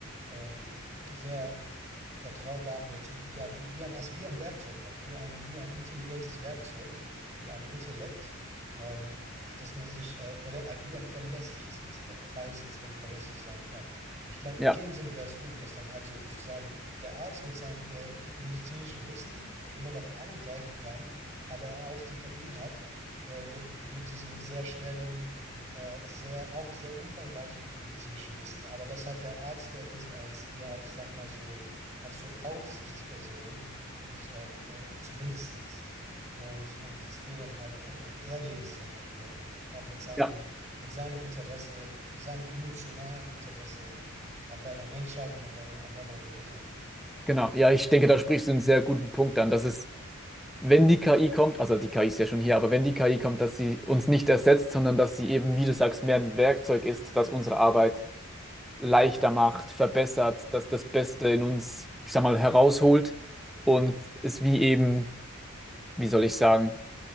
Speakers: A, on the right (about 35°); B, in the centre.
A: ähm, sehr vertraubaren oder zum, ja, wie, wie, ein, wie ein Werkzeug halt, wie ein, wie ein intelligentes Werkzeug mit einem Intellekt, ähm, auf das man sich äh, verlä- äh, wie ein verlässliches Intellekt, falls es denn verlässlich sein kann. Ich glaube,
B: ja,
A: in dem Sinne wäre es gut, dass dann halt sozusagen der Arzt mit seinem äh, medizinischen Wissen immer noch eingreifen kann, aber er auch die KI hat äh, mit, mit diesem sehr schnellen äh, sehr, auch sehr umfangreichen medizinischen Wissen, aber dass halt der Arzt da ist als, ja, ich sag mal so, als so Aufsichtsperson, und, ähm, äh, zumindestens, und, und es dir dann halt, äh, und er dir es dann halt rüberbringt, auch mit seinem,
B: ja.
A: mit seinem Interesse, mit seinem emotionalen Interesse an deiner Menschheit und an, deiner an deiner Gesundheit.
B: Genau, ja, ich denke, da sprichst du einen sehr guten Punkt an, dass es, wenn die KI kommt, also die KI ist ja schon hier, aber wenn die KI kommt, dass sie uns nicht ersetzt, sondern dass sie eben, wie du sagst, mehr ein Werkzeug ist, das unsere Arbeit leichter macht, verbessert, dass das Beste in uns, ich sag mal, herausholt
A: Ja.
B: und es wie eben, wie soll ich sagen,